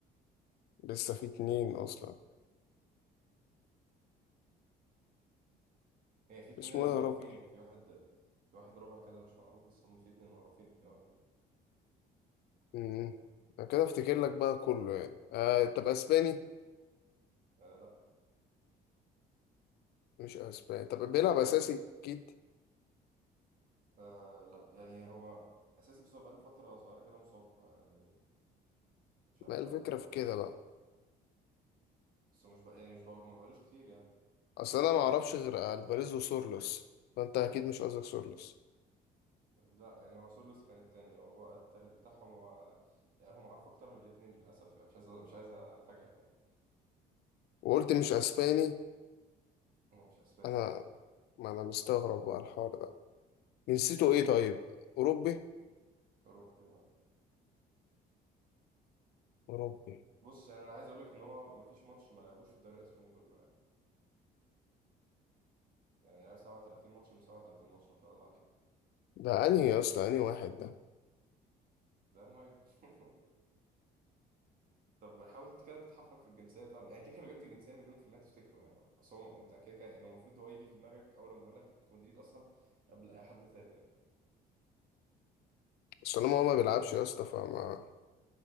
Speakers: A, on the left; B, on the right.
A: لسه في اتنين أصلا
B: يعني في اتنين
A: اسمه
B: اللي
A: إيه
B: معروفين
A: يا ربي؟
B: يعني في واحد في واحد رابع كده مش معروف بس هم في اتنين معروفين أوي يعني
A: مم. أنا كده أفتكر لك بقى كله يعني آه طب أسباني؟
B: آه لأ
A: مش أسباني طب بيلعب أساسي أكيد
B: آه لأ يعني هو أساسي بس هو بقاله فترة صغيرة كده مصاب يعني مش عارف
A: ما هي
B: بقى
A: الفكرة
B: أنت
A: في كده بقى
B: بس هو مش بقى يعني مش بقى ما بقالوش كتير يعني
A: أصل أنا معرفش غير ألفاريز وسورلوس فأنت أكيد مش قصدك سورلوس
B: لا يعني هو سولوس كان التاني هو بقى التالت بتاعهم هو يعني هم عارف اكتر من الاتنين للاسف يعني مش عايز مش عايز افاجئك يعني
A: وقلت مش أسباني
B: هو مش اسباني
A: أنا
B: لا
A: ما أنا مستغرب بقى الحوار ده جنسيته إيه طيب؟ أوروبي؟
B: اوروبي اه
A: أوروبي
B: بص يعني انا عايز اقول لك ان هو مفيش ماتش ما لعبوش في الدوري الاسباني كله يعني يعني لعب 37 ماتش من 37 ماتش ما شاء الله عليه
A: ده أنهي يا اسطى أنهي واحد ده؟
B: ده مهاجم <laughs> طب حاول كده تتحفرك في الجنسيه طب يعني كده كده لو جبت الجنسيه مليون في المية تفتكره يعني اصل هو انت كده كده يعني المفروض هو يجي في دماغك اول لما اقول لك أنت بتكون مدريد اصلا قبل اي حد تاني يعني
A: أصل أنا ما هو ما بيلعبش يا اسطى فما